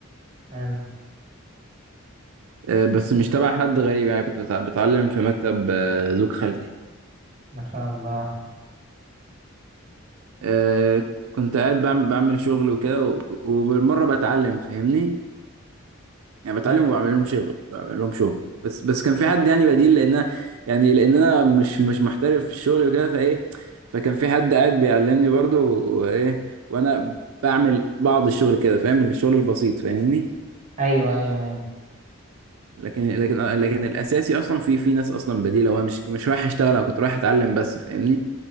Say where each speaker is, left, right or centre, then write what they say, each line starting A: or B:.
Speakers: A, on the right; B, on the right.
A: آه،
B: آه، بس مش تبع حد غريب يعني كنت بتع- بتعلم في مكتب آه، زوج خالتي
A: ما شاء الله
B: آه، كنت قاعد بعمل بعمل شغل وكده وب- وبالمرة بتعلم فاهمني يعني بتعلم
A: آه،
B: وبعمل لهم شغل بعمل لهم شغل بس بس كان في حد يعني بديل لان أنا- يعني لان انا مش مش محترف في الشغل وكده فايه فكان في حد قاعد بيعلمني برضو وايه وانا بعمل بعض الشغل كده فاهم الشغل البسيط فاهمني
A: ايوه ايوه ايوه
B: لكن لكن لكن الاساسي اصلا في في ناس اصلا بديله وانا مش مش رايح اشتغل انا كنت رايح اتعلم بس فاهمني